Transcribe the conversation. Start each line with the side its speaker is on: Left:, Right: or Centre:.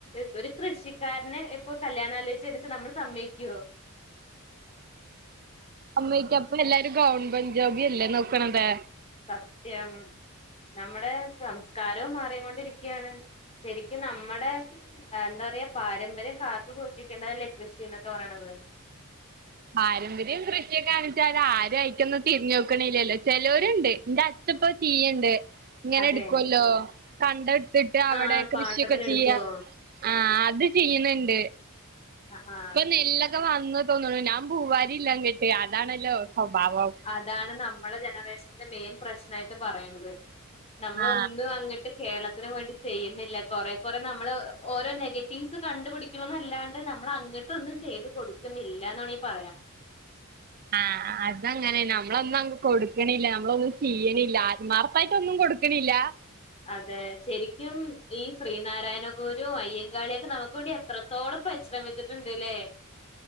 Left: പ്പൊരു കൃഷിക്കാരനെ ഇപ്പൊ കല്യാണാലോചിച്ച്ന്ന്ച്ചാ നമ്മൾ സമ്മയിക്കോ
Right: സമ്മയ്ക്കോ പ്പല്ലാരും ഗവൺമെന്റ് ജോബല്ലേ നോക്ക്ണത്?
Left: സത്യം നമ്മടെ സംസ്കാരവും മാറി കൊണ്ടിരിക്കാണ് ശരിക്കും നമ്മുടെ എന്താ പറയാ പാരമ്പര്യം കാത്തുസൂഷിക്കേണ്ടതല്ലേ കൃഷിന്നൊക്കെ പറയണത്
Right: പാരമ്പര്യം കൃഷിയെകാണിച്ചാൽ ആരും അയിക്കൊന്നും തിരിഞ്ഞോക്കണില്ലല്ലോ ചലോരുണ്ട് ന്റെ അച് ത് പ്പൊ ചെയ്യ്ണ്ട് ഇങ്ങനെടുക്കുവല്ലോ
Left: അതെ
Right: കണ്ടെടുത്തിട്ട് അവിടെ
Left: ആ
Right: കൃഷിയൊക്കെ
Left: പാട്ടത്തിന് എടുക്കുവോ
Right: ചെയ്യ ആ അത് ചെയ്യ്ന്ന്ണ്ട്
Left: അ ആഹ്
Right: പ്പൊ നെല്ലൊക്കെ വന്ന് തോന്ന്ണു ഞാൻ പൂവാരില്ല ങ്ങട്ട് അതാണല്ലോ സ്വഭാവം
Left: അതാണ് നമ്മളെ ജനറേഷന്റെ മെയിൻ പ്രശ്നായിട്ട് പറയണത് നമ്മള്
Right: ആ
Left: ഒന്നും അങ്ങട്ട് കേരളത്തിന് വേണ്ടി ചെയ്യുന്നില്ല കൊറെ കുറെ നമ്മള് ഓരോ നെഗറ്റീവ്സ് കണ്ടുപിടി ക്കുന്നല്ലാണ്ട് നമ്മൾ അങ്ങട്ടൊന്നും ചെയ്ത് കൊടുക്കുന്നില്ലന്ന് വേണെങ്കിൽ പറയാം
Right: ആഹ് അതങ്ങനെന്നെ നമ്മളൊന്നും അങ്ങ് കൊടുക്ക്ണില്ല നമ്മളൊന്നും ചെയ്യണില്ല ആത്മാർത്ഥായിട്ട് ഒന്നും കൊടു <unintelligible>
Left: അതെ ശരിക്കും ഈ ശ്രീനാരായണഗുരു അയ്യങ്കാളിയൊക്കെ നമുക്ക് വേണ്ടി എത്ര ത്തോളം പരിശ്രമിച്ചിട്ട്ണ്ട്ലേ